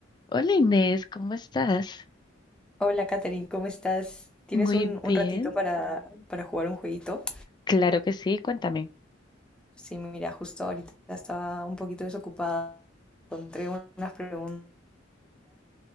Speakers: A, on the left; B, in the centre.
A: Hola Inés, ¿cómo estás?
B: Hola, Katherine, ¿cómo estás? ¿Tienes
A: Muy
B: un,
A: bien,
B: un ratito para, para jugar un jueguito?
A: claro que sí, cuéntame.
B: Sí, mira, justo ahorita estaba un poquito desocupada. Encontré unas preguntas